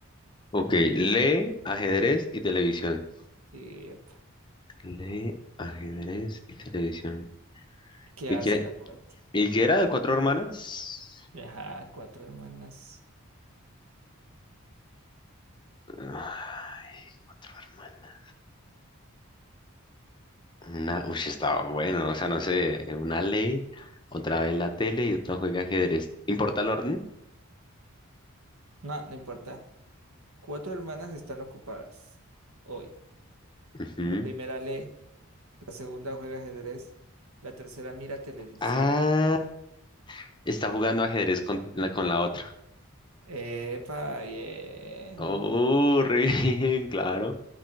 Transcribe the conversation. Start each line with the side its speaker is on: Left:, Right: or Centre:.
Left: Ok, lee, ajedrez y televisión.
Right: ¿Qué,
Left: Lee, ajedrez y televisión.
Right: qué
Left: ¿Y
Right: hace
Left: qué?
Right: la cuarta?
Left: ¿Y qué era de cuatro hermanas?
Right: Ajá, cuatro hermanas.
Left: Ah, Cuatro hermanas. Una, uy, estaba bueno, o sea, no sé, una lee, otra ve la tele y otra juega ajedrez. ¿Importa el orden?
Right: No, no importa. Cuatro hermanas están ocupadas hoy.
Left: Ujú.
Right: La primera lee, la segunda juega ajedrez, la tercera mira televisión.
Left: Ah, está jugando ajedrez con la, con la otra.
Right: Epa, bien,
Left: Oh, <laughs> re bien, claro.